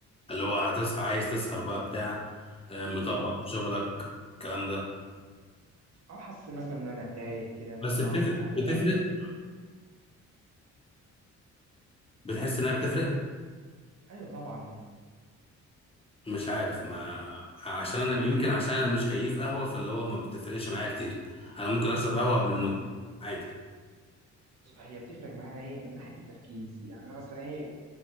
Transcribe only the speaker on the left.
اللي هو هتصحى عايز تسهر بقى بتاع آه، مطبق
في شغلك الكلام ده
بس بتفرق
بتفرق
بتحس انها بتفرق
مش عارف ما عشان انا يمكن عشان انا مش كيف قهوه فاللي هو ما بتفرقش معايا كتير انا ممكن اشرب قهوه قبل النوم عادي